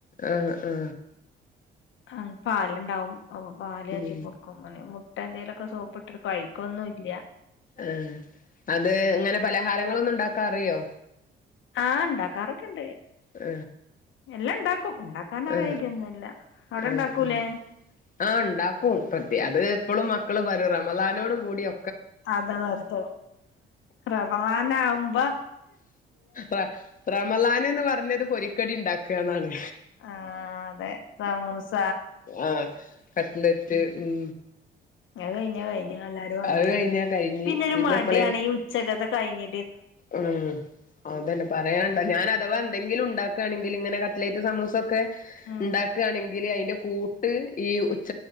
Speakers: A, on the left; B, on the left.
A: ആഹ് ആ
B: ആഹ് പാല്ണ്ടാവും അപ്പ പാല് കാച്ചി
A: ഉം
B: കൊടുക്കും അല്ലെ മു മുട്ട എന്തെലൊക്കെ സോപ്പ് ഇട്ട് കഴിക്കൊന്നും ഇല്ല
A: ആ അത് ങ്ങനെ പലഹാരങ്ങള് ഒന്നും ഉണ്ടാക്കാറിയോ
B: ആ ഉണ്ടാക്കാറൊക്കെ ഉണ്ട്
A: ആ
B: എല്ലാം ഉണ്ടാക്കും ഉണ്ടാക്കാൻ അറിയായികയൊന്നുമില്ല
A: ആ
B: അവിടെ
A: ആ
B: ഉണ്ടാക്കൂലേ
A: ഉ ആ ഉണ്ടാക്കും പത് അത് പ്പളും മക്കള് വരും റമളാനോട് കൂടിയൊ
B: അത <unintelligible> റമാളാനാഉമ്പോ
A: റ റം മളാന് ന്ന് പർഞ്ഞത് പൊരിക്കടി ണ്ടാക്ക ന്നാണ്.
B: ആ അതെ സമൂസാ
A: ആ കട്ട്ലറ്റ് ഉം
B: ഞത് കഴിഞ്ഞ കഴിഞ് എല്ലാരു <unintelligible>
A: അത് കഴിഞ്ഞാ കഴിഞ്ഞ്
B: പിന്നെരു
A: പിന്നെ
B: മടിയാണ്
A: എപ്പളേ
B: ഈ ഉച്ചകത്തെ കഴിഞ്ഞ്
A: ഉം അതന്നെ പറയേണ്ട. ഞാൻ അഥവാ ന്തെങ്കിലും ണ്ടാ ക്കാ ണെങ്കിൽ ങ്ങനെ കട്ട്ലേറ്റ് സമൂസൊക്കെ
B: ഉം
A: ണ്ടാക്കാണെങ്കില് അയിന്റെ കൂട്ട് ഈ ഉച്ച